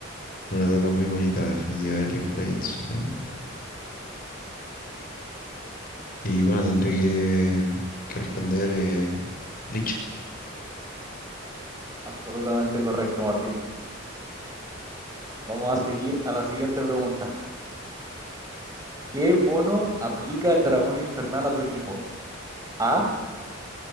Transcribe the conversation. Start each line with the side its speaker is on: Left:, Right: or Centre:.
Left: una etapa muy bonita, definitiva, de League of Legends. Em, y bueno, tendré que, que responder eh, Liche.
Right: Absolutamente correcto, Martín. Vamos a seguir a la siguiente pregunta. ¿Qué bono aplica el dragón infernal a tu equipo? A.